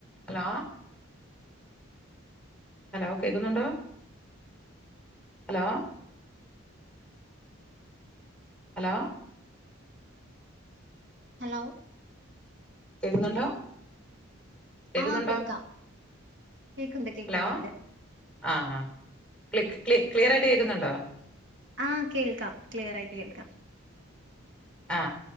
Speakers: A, in the centre; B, on the right.
A: Hello hello കേൾക്കുന്നുണ്ടോ hello hello
B: hello
A: കേക്കുന്നുണ്ടോ കേക്കുന്നുണ്ടോ
B: ആഹ് കേക്കാം. കേക്ക്ണ്ട് കേക്കുന്നുണ്ട്
A: ഹലോ ആ ആ ക്ലിക് ക്ലി ക്ലിയർ ആയിട്ട് കേൾക്കുന്നുണ്ടോ?
B: ആ കേൾക്കാം ക്ലിയർ ആയിട്ട് കേൾക്കാം.
A: ആ